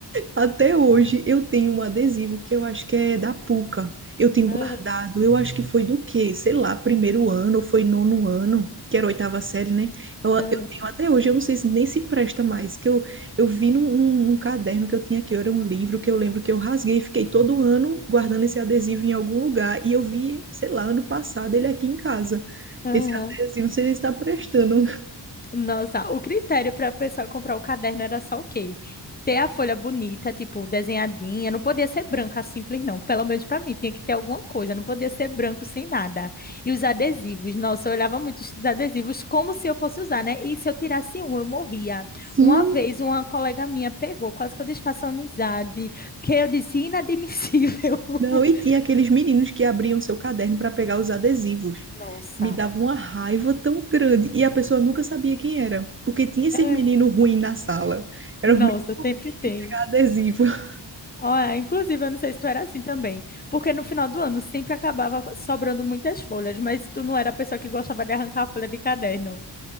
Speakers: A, on the right; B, on the left.
A: Até hoje eu tenho um adesivo que eu acho que é da Puca. Eu tenho
B: aham,
A: guardado, eu acho que foi do quê? Sei lá, primeiro ano, ou foi nono ano, que era a oitava série, né? Eu, eu
B: aham,
A: tenho até hoje, eu não sei se nem se presta mais, que eu, eu vi num, num- num caderno que eu tinha aqui, era um livro que eu lembro que eu rasguei, e fiquei todo ano guardando esse adesivo em algum lugar, e eu vi, sei lá, ano passado ele aqui em casa.
B: aham.
A: Esse adesivo, não sei se está prestando.
B: Nossa, o critério para a pessoa comprar o caderno era só o quê? Ter a folha bonita, tipo, desenhadinha, não podia ser branca simples, não. Pelo menos para mim, tinha que ter alguma coisa, não podia ser branco sem nada. E os adesivos, nossa, eu olhava muito os adesivos como se eu fosse usar, né? E se eu tirasse um, eu morria.
A: Sim,
B: Uma vez, uma colega minha pegou, quase que eu desfaço a amizade, porque eu disse inadmissível. <laughs>
A: Não, e tinha aqueles meninos que abriam seu caderno para pegar os adesivos.
B: Nossa,
A: Me dava uma raiva tão grande. E a pessoa nunca sabia quem era, porque tinha esses
B: é,
A: meninos ruins na sala. Eram
B: nossa,
A: os meninos ruins
B: sempre tem.
A: de pegar adesivo. <laughs>
B: Ó, é, inclusive, eu não sei se tu era assim também, porque no final do ano sempre acabava sobrando muitas folhas, mas tu não era a pessoa que gostava de arrancar a folha de caderno.